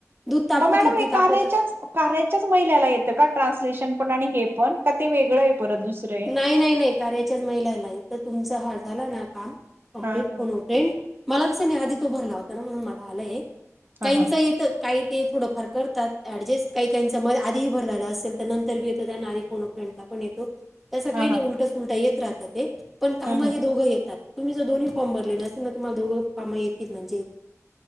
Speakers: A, in the centre; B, on the right.
A: दूध तापवत
B: मग मॅडम
A: होती
B: हे
A: तापवत
B: कार्याच्याच कार्याच्याच महिलाला येतं का ट्रान्सलेशन पण आणि हे पण का ते वेगळं आहे परत दुसरं आहे?
A: नाही, नाही नाही, कार्याच्याच महिलाला येत. तुमचा हा झाला ना का <inaudible> कं्प्लीट
B: हा हा
A: कोण हो टेंड मला तसं नाहीी आधी तो भरला होता ना म्हणून मला आलंय
B: हा
A: काहींच
B: हा
A: येत काही ते थोडंफार करतात ऍडजस्ट काही काहीचा म आधीही भरलालं असेल तर नंतर बी येतं त्यांना आधी फोन करता पण येतो, तसं काही
B: हा
A: नाही
B: हा
A: उलट सुलट येत राहत ते पण काम
B: हम्म
A: हे
B: हम्म
A: दोघं येतात. तुम्ही जर दोन्ही फॉम भरलेले असतील तुम्हाला दोन्ही काम येतील म्हणजे